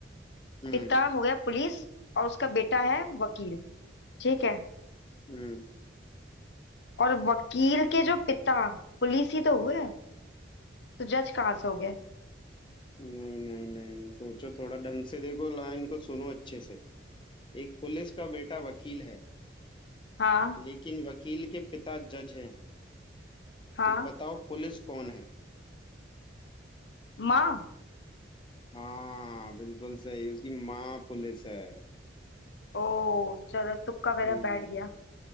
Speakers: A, on the left; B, on the left.
A: हम्म
B: पिता हो गया पुलिस और उसका बेटा है वकील ठीक है
A: हम्म
B: और वकील के जो पिता पुलिस ही तो हुए तो जज कहाँ से हो गए
A: नहीं नहीं नहीं सोचो थोड़ा ढंग से देखो लाइन को सुनो अच्छे से एक पुलिस का बेटा वकील है
B: हाँ
A: लेकिन वकील के पिता जज हैं
B: हाँ
A: तो बताओ पुलिस कौन है
B: माँ
A: हाँ बिल्कुल सही उसकी माँ पुलिस है
B: ओ चलो तुक्का
A: हम्म
B: मेरा बैठ गया